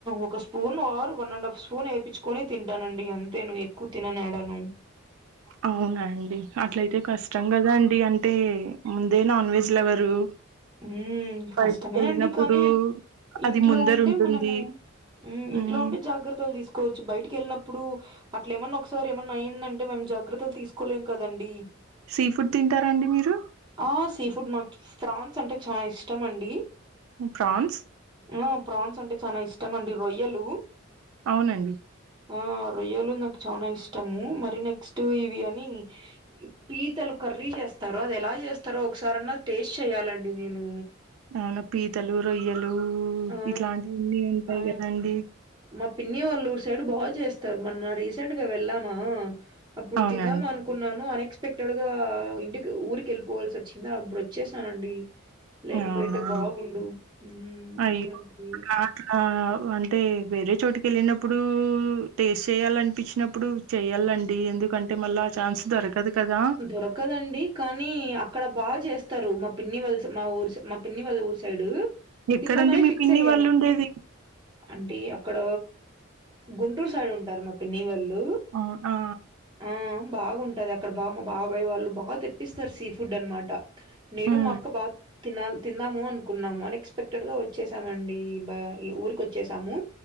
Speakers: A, on the right; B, on the right.
A: ఒక spoon or one and half spoon వేయించుకొని తింటానండి అంతే నువ్వుక్కువ తిననేడను
B: అవున అండి అట్లయితే కష్టం కదా అండి అంటే అంటే ముందే నాన్ వెజ్ లవరు
A: ఉ
B: బయటికి
A: కష్టమే
B: వెళ్ళినప్పుడు
A: అండి కానీ
B: అది
A: ఇంట్లో
B: ముందర
A: ఉంటే
B: ఉంటుంది
A: మనము
B: మ్మ్
A: ఇంట్లో ఉంటే జాగ్రత్తలు తీసుకోవచ్చు బయటికి వెళ్ళినప్పుడు అట్ అట్ల ఏమన్నా ఒకసారి ఏమన్నా అయ్యందంటే మేము జాగ్రత్తలు తీసుకోలేం కదండి
B: సీ ఫుడ్ తింటారాండి మీరు
A: ఆ! సీ ఫుడ్ మకు ఫ్రాన్స్ అంటే చాలా ఇష్టం అండి
B: ప్రాన్స్
A: ఆ ప్రాన్స్ అంటే చాలా ఇష్టం అండి రొయ్యలు
B: అవునండి
A: ఆ రొయ్యలు నాకు చనా ఇష్టము మరి నెక్స్ట్ ఇవి అని పీతలు కర్రీ చేస్తారు అది ఎలా చేస్తారో ఒకసారన్న అది టేస్ట్ చెయ్యాలండి అది నేను
B: అవును పీతలు రొయ్యలు
A: ఆ
B: ఇట్లాంటివన్నీ ఉంటాయి
A: ఆ
B: కదండి
A: మా పిన్ని వాల్లూరు సైడ్ బాగా చేస్తా మొన్న రీసెంట్ గా వెళ్ళామా అప్పుడు
B: అవునండి
A: తిందామా అనుకున్నాను అనెక్స్ క్స్పెక్టెడ్గా ఇంటికి ఊరికి వెళ్ళిపోవాల్సి వచ్చింది అప్పుడు వచ్చేసానండి లేకపోయింటే
B: అవునండి
A: బాగుండు
B: అయ్యో
A: అవునండి.
B: అలా అంటే వేరే చోటికి వెళ్ళినప్పుడు టేస్ట్ చేయాల అనిపించినప్పుడు చెయాలండి ఎందుకంటే మళ్ళీ ఆ ఛాన్స్ దొరకదు కదా
A: దొరకదండి కానీ అక్కడ బాగా చేస్తారు మా పిన్ని వాళ్ళ మా ఊరు మా పిన్ని వాల్ల ఊరు సైడ్
B: ఎక్కడండి
A: తిందామని
B: మీ
A: ఫిక్స్
B: పిన్ని
A: అయ్యాము
B: వాళ్ళు ఉండేది
A: అంటే అక్కడ గుంటూరు సైడ్ ఉంటారు మా పిన్ని వాళ్ళు
B: ఆ ఆ
A: ఆ బాగుంటది అక్కడ బామ బాబాయి వాళ్ళు బాగా తెప్పిస్తారు సీ ఫుడ్ అనమాట నేను
B: మ్మ్
A: మా అక్క బా తినాలి తిందాము అనుకున్నాము అన్ఎక్స్పెక్టెడ్గా వచ్చేసామండి బా ఈ ఊరికి వచ్చేసాము